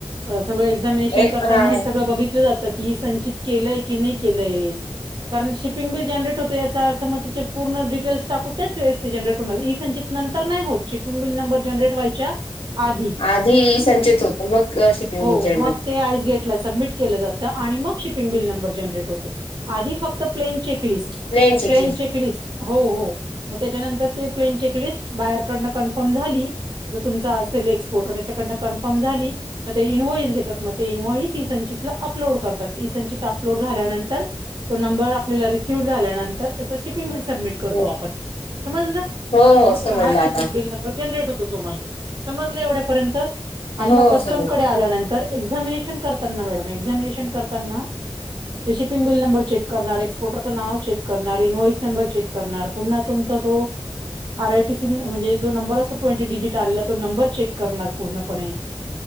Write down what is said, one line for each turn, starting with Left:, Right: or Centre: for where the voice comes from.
Right: सगळं एक्झामिनेशन
Left: ए
Right: करताना
Left: हा
Right: हे सगळं बघितलं जातं की संचित केलंय की नाही केलंय. कारण शिपिंग बि जनरेट होत याचा अर्थ मग तिचे पूर्ण डिटेल्स टाकु त्याच व्यवस्थित जनरेट होणार इसंचित नंतर नाही होत श गुगल नंबर जनरेट व्हायचा. आधी
Left: आधी संचेत होत मग शिपिंग
Right: हो
Left: जनरल
Right: मग ते आईस गेटला सबमिट केलं जातं. आणि मग शिपिंग बिल नंबर जनरेट होतो आधी फक्त प्लेन चेक लिस्ट
Left: प्लेन शिकले.
Right: प्लेनचेक लिस्ट हो हो मग त्याच्यानंतर ते प्लेन चेकलिस्ट बाहेरकडनं कन्फर्म झाली जो तुमचा असेल एक्सपोर्टर त्यांच्याकडून कन्फर्म झाली की ते इन्व्हाईस घेतात मंग ते इसंचितला अपलोड अपलोड करतात ई संचित अपलोड झाल्यानंतर तो नंबर आपल्याला रिसिव झाल्यानंतर त्याच शिपिंग बिल सबमिट करतो
Left: हो
Right: आपण समजलं.
Left: हो
Right: मग
Left: समजलं
Right: हा शिपिंग
Left: आता
Right: बिल नंबर जनरेट होतो. समजलं एवढंपर्यंत
Left: हो
Right: आणि
Left: हो
Right: मग कस्टम
Left: समजलं.
Right: कडे आल्यानंतर एक्झामिनेशन करताना मॅडम एक्झामिनेशन करताना ते शिपिंग बिल नंबर चेक करणारे एकस्पोर्टरचं नाव चेक करणार इन्वस नंबर चेक करणार पुन्हा तुमचा तो आर आयटीसी म्हणजे जो नंबर असो ट्वेंटी डिजिट आलेला तो नंबर चेक करणार. पूर्णपणे